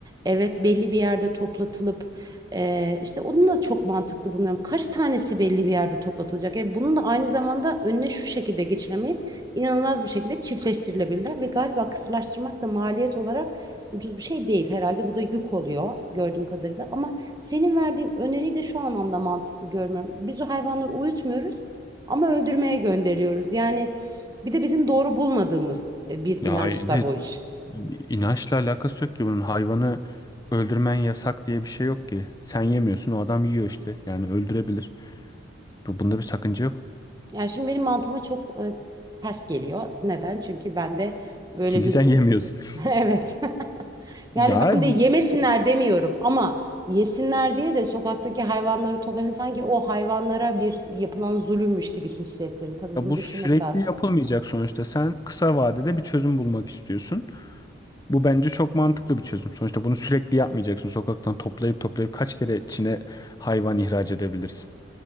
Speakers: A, on the right; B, on the left.
A: Evet belli bir yerde toplatılıp e, işte onu da çok mantıklı buluyorum. Kaç tanesi belli bir yerde toplatılacak? E, bunun da aynı zamanda önüne şu şekilde geçilemeyiz inanılmaz bir şekilde çiftleştirilebilirler ve galiba kısırlaştırmak da maliyet olarak ucuz bir şey değil. Herhalde bu da yük oluyor gördüğüm kadarıyla. Ama senin verdiğin öneriyi de şu anlamda mantıklı görmüyorum. Biz o hayvanları uyutmuyoruz ama öldürmeye gönderiyoruz. Yani bir de bizim doğru bulmadığımız e, bir
B: Ya
A: inanç
B: hay- de,
A: da bu iş.
B: inançla alakası yok ki bunun. Hayvanı öldürmen yasak diye bir şey yok ki. Sen yemiyorsun, o adam yiyor işte. Yani öldürebilir. Bu- Bunda bir sakınca yok.
A: Yani şimdi benim mantığıma çok e, ters geliyor. Neden? Çünkü ben de böyle
B: Çünkü
A: bir
B: sen yemiyorsun.
A: <laughs> evet
B: <laughs>
A: <laughs>
B: Ya
A: Yani ben de
B: bu,
A: yemesinler demiyorum ama yesinler diye de sokaktaki hayvanları topla yani sanki o hayvanlara bir yapılan zulümmüş gibi hissettirir. Tabii bunu
B: ya bu
A: düşünmek
B: sürekli
A: lazım.
B: yapılmayacak sonuçta. Sen kısa vadede bir çözüm bulmak istiyorsun. Bu bence çok mantıklı bir çözüm. Sonuçta bunu sürekli yapmayacaksın. Sokaktan toplayıp toplayıp kaç kere Çin'e hayvan ihraç edebilirsin?